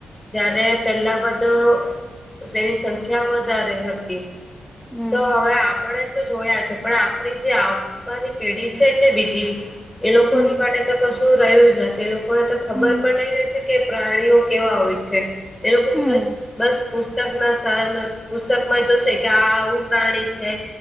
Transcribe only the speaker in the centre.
હમ
હમ
હમ
હમ